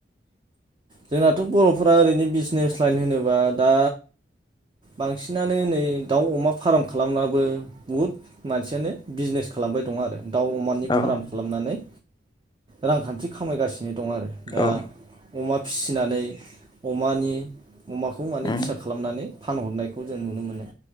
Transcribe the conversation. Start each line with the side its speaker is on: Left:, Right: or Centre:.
Right: जोंनाथ' बर'फोरा ओरैनो बिजनेस लाइन होनोब्ला दा बांसिनानो नै दाउ अमा फार्म खालामनाबो बहुद मानसियानो बिजनेस खालामबाय दङ आरो दाउ अमानि
Left: जाबाय
Right: फार्म
Left: उम
Right: खालामनानै रांखान्थि खामायगासिनो दं आरो दा
Left: औ
Right: अमा फिसिनानै अमानि अमाखौ माने
Left: औ उम
Right: फिसा खालामनानै फानहरनायखौ जों नुनो मोनो